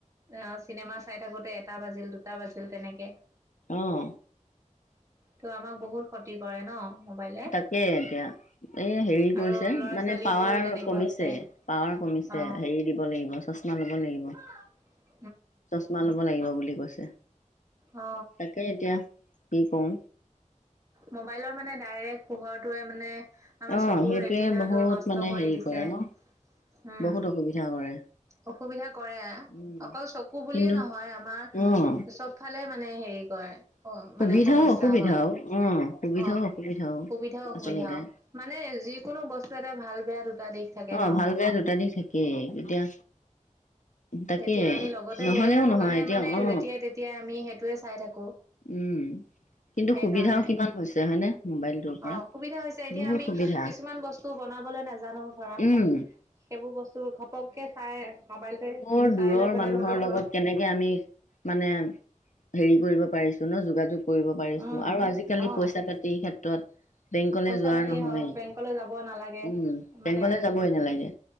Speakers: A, on the right (about 25°); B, on the left (about 70°).
A: অঁ চিনেমা চাই থাকোতে এটা বাজিল দুটা বাজিল তেনেকে
B: অঁ।
A: ত আমাক বহুত ক্ষতি কৰে ন। মোবাইলে
B: তাকে এতিয়া এই হেৰি
A: আৰু
B: কৰিছে
A: ল'ৰা
B: মানে
A: ছোৱালী
B: পাৱাৰ
A: বোৰো তেনেকুৱা
B: কমিছে
A: হৈছে
B: পাৱাৰ কমি।
A: অ
B: হেৰি দিব লাগিব চচমা লব লাগিব।
A: অঁ
B: চচমা লব লাগিব বুলি কৈছে।
A: অ
B: তাকে এতিয়া কি কৰো।
A: মোবাইলৰ মানে ডাইৰেক্ট পোহৰটোৱে মানে আমাৰ
B: অ',
A: চকুৰ
B: সেইটোৱে
A: ৰেটিনাটো
B: বহুত
A: নষ্ট
B: মানে
A: কৰি
B: হেৰি
A: দিছে।
B: কৰে ন
A: উম
B: বহুত অসুবিধা কৰে।
A: অসুবিধা কৰে।
B: উম,
A: অকল চকু বুলিয়ে
B: কিন্তু
A: নহয় আমাৰ
B: অ',
A: চবফালে মানে হেৰি কৰে অ
B: সুবিধাও
A: মানে সমস্যা
B: অসুবিধাও
A: হয়।
B: অ সুবিধাও
A: অঁ
B: অসুবিধাও
A: সুবিধা অসুবিধা
B: আচলতে
A: মানে যিকোনো বস্তু এটা ভাল বেয়া। দুটা দিশ থাকে
B: অঁ
A: ন।
B: ভাল বেয়া দুটা দিশ থাকেই। এতিয়া তাকে
A: এতিয়া আমি লগতে
B: নহলেও
A: লৈ ফুৰো
B: নহয়
A: কাৰণে
B: এতিয়া
A: মানে
B: অ
A: যেতিয়াই তেতিয়াই আমি সেইটোয়ে চাই থাকো।
B: উম কিন্তু
A: সেইকাৰণে
B: সুবিধাও কিমান হৈছে হয়নে মোবাইলটোৰ পৰা
A: অঁ অসুবিধা হৈছে। এতিয়া
B: বহুত
A: আমি
B: সুবিধা
A: কিছুমান বস্তু বনাবলৈ নাজানো ধৰা।
B: উম
A: সেইবোৰ বস্তু ঘপককে চাই মোবাইলতে।
B: ৰ
A: চাই
B: দূৰৰ
A: লৈ পেলাই
B: মানুহৰ
A: বনাব
B: লগত
A: পাৰো
B: কেনেকে আমি মানে হেৰি কৰিব। ন যোগাযোগ কৰিব পাৰিছো।
A: উম
B: আৰু আজিকালি
A: অ
B: পইচা পাতিৰ ক্ষেত্ৰত বেংকলে
A: পইচা
B: যোৱা
A: পাতি
B: নহয়।
A: হওক বেংকলৈ যাব নালাগে
B: উম
A: মানে
B: বেংকলে যাবই নালাগে।